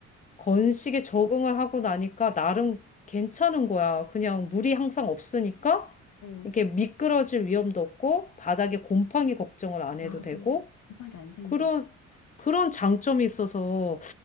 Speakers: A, on the left; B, on the left.
A: 건식에 적응을 하고 나니까 나름 괜찮은 거야. 그냥 물이 항상 없으니까
B: 어,
A: 이게 미끄러질 위험도 없고 바닥에 곰팡이 걱정을 안
B: 나도
A: 해도 되고
B: 곰팡이 안 생겨.
A: 그런 그런 장점이 있어서